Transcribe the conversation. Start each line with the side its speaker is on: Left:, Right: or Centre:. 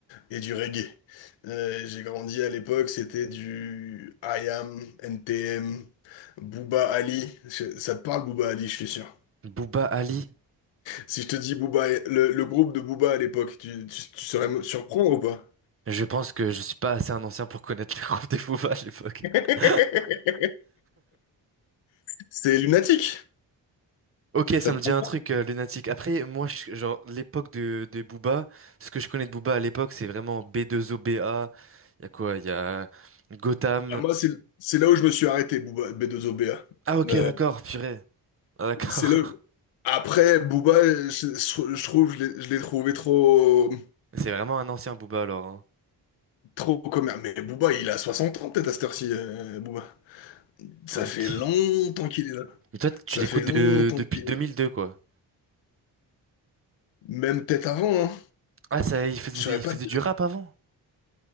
Left: et du reggae. Euh, j'ai grandi à l'époque, c'était du IAM, NTM, Booba Ali. Je- ça te parle Booba Ali, je suis sûr.
Right: Booba Ali?
Left: Si je te dis Booba, le, le groupe de Booba à l'époque, tu, tu, tu saurais me surprendre ou pas?
Right: Je pense que je suis pas assez un ancien pour connaître les groupes des Booba à l'époque.
Left: <laughs>
Right: <laughs>
Left: C'est lunatique.
Right: Ok,
Left: Ça
Right: ça me
Left: te
Right: dit un
Left: parle
Right: truc euh, lunatique. Après, moi, je- genre l'époque de, de Booba, ce que je connais de Booba à l'époque, c'est vraiment B2OBA. Il y a quoi? Il y a Gotham.
Left: pas Bah, moi, c'est c'est là où je me suis arrêté, Booba, B2OBA.
Right: Ah ok,
Left: Euh,
Right: d'accord, purée. Ah d'accord.
Left: c'est là. Après, Booba, je, je- je trouve, je l'ai je l'ai trouvé trop.
Right: <laughs> C'est vraiment un ancien Booba alors. hein.
Left: Trop commun. Mais Booba, il a 60 ans peut-être à cette heure-ci, euh, Booba. Ça
Right: Ok.
Left: fait longtemps qu'il est là.
Right: Mais toi, tu
Left: Ça
Right: l'écoutes
Left: fait longtemps
Right: de- depuis
Left: qu'il
Right: 2002
Left: est là.
Right: quoi.
Left: Même peut-être avant, hein.
Right: Ah ça, il faisait,
Left: Je saurais
Right: il
Left: pas
Right: faisait
Left: dire.
Right: du rap avant?